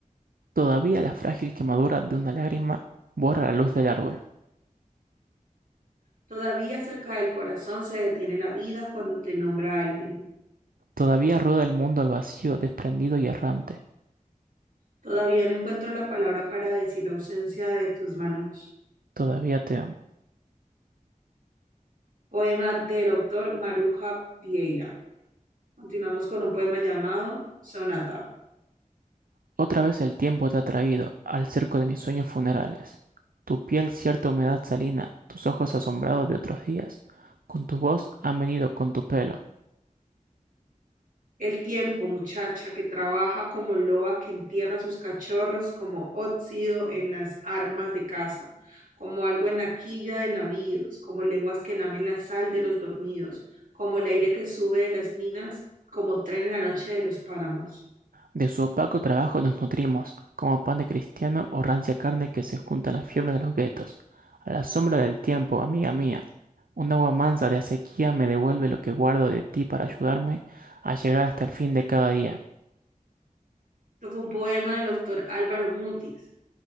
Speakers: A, on the right; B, on the right.
A: Todavía la frágil quemadura de una lágrima borra la luz del árbol.
B: Todavía cerca del corazón se detiene la vida cuando te nombra alguien.
A: Todavía rueda el mundo al vacío, desprendido y errante.
B: Todavía no encuentro la palabra para decir la ausencia de tus manos.
A: Todavía te amo.
B: Poema del autor Maruja Vieira. Continuamos con un poema llamado Sonata.
A: Otra vez el tiempo te ha traído al cerco de mis sueños funerales. Tu piel cierta humedad salina, tus ojos asombrados de otros días, con tu voz han venido con tu pelo.
B: El tiempo, muchacha, que trabaja como loba que entierra sus cachorros como óxido en las armas de caza, como algo en la quilla de navíos, como lenguas que lamen la sal de los dormidos, como el aire que sube de las minas, como tren en la noche de los páramos.
A: De su opaco trabajo nos nutrimos, como pan de cristiano o rancia carne que se junta a la fiebre de los guetos. A la sombra del tiempo, amiga mía, un agua mansa de acequia me devuelve lo que guardo de ti para ayudarme a llegar hasta el fin de cada día.
B: Esto fue un poema del autor Álvaro Mutis,